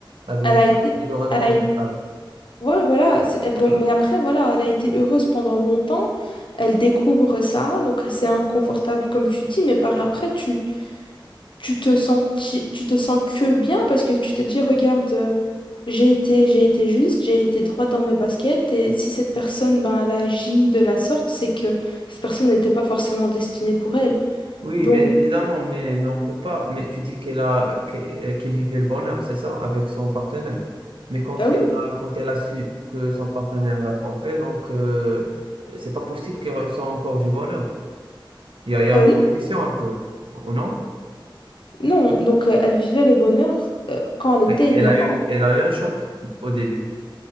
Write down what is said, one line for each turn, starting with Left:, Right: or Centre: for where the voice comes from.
Right: la vérité,
Left: Elle a été,
Right: c'est toujours inconfortable.
Left: elle a été- ouais, voilà. c'est- eh Bon, mais après, voilà, elle a été heureuse pendant longtemps. Elle découvre ça, donc c'est inconfortable comme tu dis, mais par après, tu, tu te sens, tu, tu te sens que bien parce que tu te dis, regarde, euh, j'ai été, j'ai été juste, j'ai été droit dans mes baskets, et si cette personne, ben, elle agit de la sorte, c'est que cette personne n'était pas forcément destinée pour elle.
Right: Oui,
Left: Donc,
Right: bien évidemment, mais, mais on peut pas. Mais tu dis qu'elle a, qu'e- euh, qu'il vivait le bonheur, c'est ça, avec son partenaire. Mais quand
Left: euh,
Right: il
Left: oui,
Right: a, quand elle a su que son partenaire l'a trompé, donc euh, c'est pas possible qu'elle ressent encore du bonheur. Il y a, il y a
Left: euh,
Right: une transition
Left: non,
Right: un peu, ou non?
Left: non, donc euh, elle vivait le bonheur euh, quand elle était
Right: Oui,
Left: ignorante.
Right: Elle a eu, elle a eu un choc au début.